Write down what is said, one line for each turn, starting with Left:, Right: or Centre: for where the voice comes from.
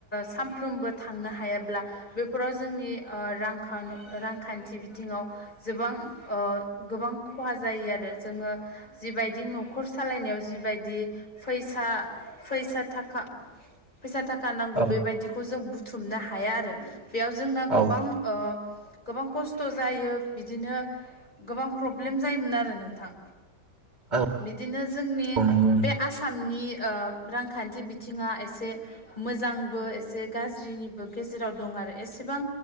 Left: सानफ्रोमबो थांनो हायाब्ला बेफोराव जोंनि रां रांखान्थि बिथिङाव जोबां गोबां खहा जायो आरो जोङो जिबायदि न'खर सालायनायाव जिबायदि फैसा फैसा थाखा फैसा थाखा नांगौ
Right: औ
Left: बेबायदिखौ जों बुथुमनो हाया आरो बेयाव जोंना
Right: औ
Left: गोबां गोबां खस्थ' जायो बिदिनो गोबां प्रब्लेम जायोमोन आरो नोंथां
Right: औ
Left: बिदिनो जोंनि
Right: औ नंगौ
Left: बे आसामनि रांखान्थि बिथिङा एसे मोजांबो एसे गाज्रिनिबो गेजेराव दं आरो एसेबां